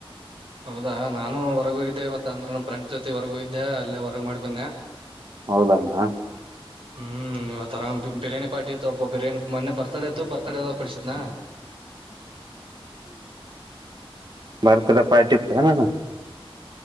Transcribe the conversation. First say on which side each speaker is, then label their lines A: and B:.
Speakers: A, on the right (about 60°); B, on the right (about 45°).
A: ಹೌದಾ ನಾನು ಹೊರಗೋಗಿದ್ದೆ ಇವತ್ತ ಅಂದ್ರೆ ನನ್ ಫ್ರೆಂಡ್ಸ್ ಜೊತೆ ಹೊರಗೋಗಿದ್ದೆ ಅಲ್ಲೇ ಹೊರಗ್ ಮಾಡಿ ಬನ್ನೆ
B: ಹೌದಣಾ
A: ಹ್ಮ್ ಯಾವ್ತರ ಬಿರಿಯಾನಿ ಪಾರ್ಟಿ ಇತ್ತು ಒಬ್ಬ ಬಿರಿಯಾನಿ ಮೊನ್ನೆ ಬರ್ತಡೇ ಇತ್ತು ಬರ್ತಡೇ ಇದ್ದವ ಕೋಡಿಸಿದ್ನ
B: ಬರ್ತ್ಡೇಡೇ ಪಾರ್ಟಿ ಇತ್ತೇನಣ